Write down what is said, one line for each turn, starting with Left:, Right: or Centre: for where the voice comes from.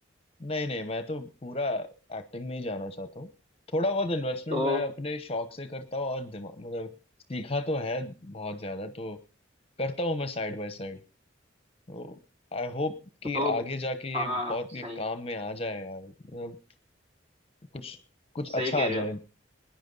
Left: नहीं नहीं मैं तो पूरा एक्टिंग में ही जाना चाहता हूँ थोड़ा बहुत इन्वेस्टमेंट
Right: तो
Left: मैं अपने शौक से करता हूँ और दिमाग मतलब सीखा तो है बहुत ज्यादा तो करता हूँ मैं साइड बाय साइड तो आई होप कि
Right: तो
Left: आगे जाके
Right: हाँ
Left: ये बहुत
Right: सही
Left: ये काम में आ जाए यार मतलब कुछ कुछ
Right: सही
Left: अच्छा
Right: कह
Left: आ
Right: रहे
Left: जाए
Right: हो